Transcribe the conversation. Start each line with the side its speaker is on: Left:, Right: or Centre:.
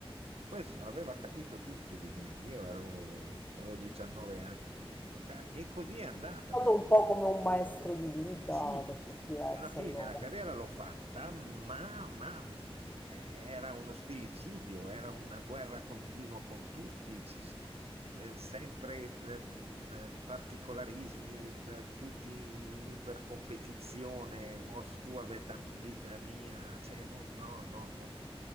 Right: Questo aveva capito tutto di me. Io ero, avevo 19 anni all'epoca e così è andata.
Left: È stato
Right: perché
Left: un po' come un maestro di vita
Right: sì,
Left: per certi versi
Right: alla fine
Left: allora.
Right: la carriera l'ho fatta, ma, ma, eh, era uno stillicidio, era una guerra continua con tutti. ci s- eh, sempre d- mh, particolarismi, d- tutti in ipercompetizione, mors tua veta- vita mia, cioè no, no, no, no.